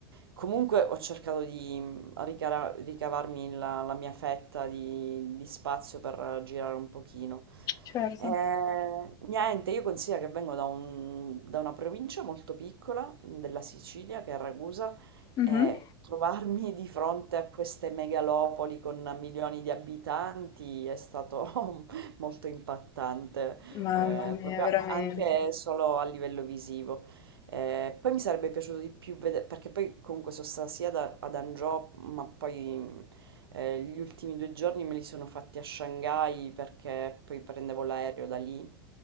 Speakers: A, on the right; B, on the left.
A: comunque ho cercato di mm, ricara- ricavarmi la, la mia fetta di, di spazio per girare un pochino.
B: Certo.
A: Eh, niente, io considero che vengo da, un- da una provincia molto piccola della Sicilia, che è Ragusa,
B: Mhm.
A: eh, trovarmi di fronte a queste megalopoli con milioni di abitanti è stato <laughs> molto impattante,
B: Mamma
A: eh,
B: mia,
A: proprio
B: veramente.
A: anche solo a livello visivo. Eh, poi mi sarebbe piaciuto di più vedere, perché poi comunque sono stata sia da- ad Angio, ma poi eh, gli ultimi due giorni me li sono fatti a Shanghai perché poi prendevo l'aereo da lì.